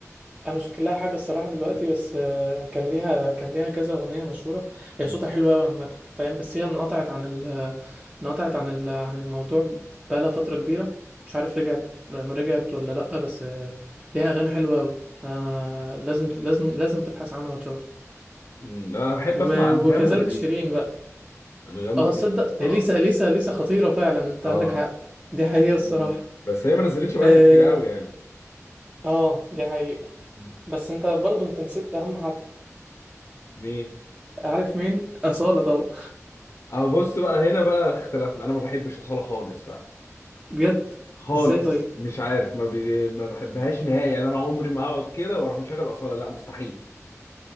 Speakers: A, on the right; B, on the left.
A: انا مش فاكر لها حاجه الصراحه دلوقتي
B: مم.
A: بس آه، كان ليها كان ليها كذا اغنيه مشهوره هي
B: مم.
A: صوتها حلو قوي عامه فاهم بس هي انقطعت عن ال انقطعت عن ال عن الموضوع بقالها فتره كبيره مش عارف رجعت رجعت ولا لا بس آه، ليها اغاني حلوه قوي انا لازم لازم لازم تبحث عنها وتشوفها
B: انا بحب
A: و-
B: اسمع انغام
A: وكذلك
B: واليسا
A: شيرين بقى
B: انغام
A: اه
B: واليسا
A: صدق
B: بصراحه
A: ليسا ليسا ليسا خطيره فعلا انت
B: اه
A: عندك حق دي حقيقه
B: مم.
A: الصراحه
B: بس هي ما نزلتش بقالها
A: اه
B: كتير قوي يعني
A: آه، دي حقيقه
B: مم.
A: بس انت برضو انت نسيت اهم حد
B: مين
A: عارف مين أصالة طبعا
B: اه بص بقى هنا بقى اختلفنا انا ما بحبش اصاله خالص بقى
A: بجد
B: خالص
A: ازاي طيب
B: مش عارف ما بي... ما بحبهاش نهائي يعني انا عمري ما هقعد كده واروح مشغل اصاله لا مستحيل